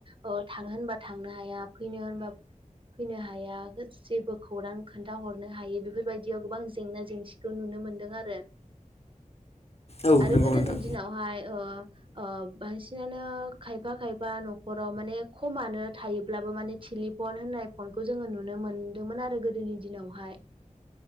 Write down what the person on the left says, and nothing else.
औ
नंगौ
नोंथां